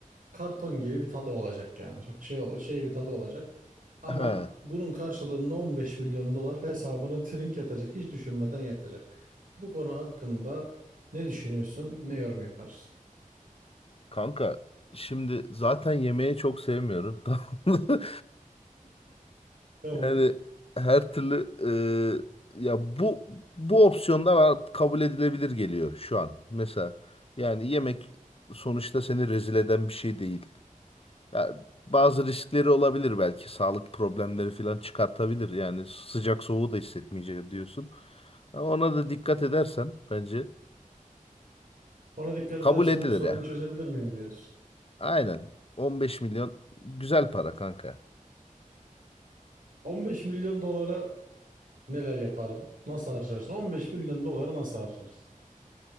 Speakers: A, on the right; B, on the left.
A: karton gibi bir tadı olacak yani. Çok şey ol- şey bir tadı olacak. Ama
B: He.
A: bunun karşılığında 15 milyon dolar hesabına <laughs> trink yatacak. Hiç düşünmeden yatacak. Bu konu hakkında ne düşünüyorsun, ne yorum yaparsın?
B: Kanka şimdi zaten yemeği çok sevmiyorum. <laughs> Tamam mı?
A: Tamam.
B: Yani her türlü e, ya bu bu opsiyonda var kabul edilebilir geliyor şu an. Mesela yani yemek sonuçta seni rezil eden bir şey değil. Ya bazı riskleri olabilir belki sağlık problemleri falan çıkartabilir. Yani sıcak soğuğu da hissetmeyecek diyorsun. Ona da dikkat edersen bence
A: Ona dikkat
B: kabul
A: edersen
B: edilir
A: bu sorunu
B: ya.
A: çözebilir miyim diyorsun.
B: Aynen. 15 milyon güzel para kanka.
A: 15 milyon dolara Neler yapardın? Nasıl harcarsın? 15 milyon doları nasıl harcarsın?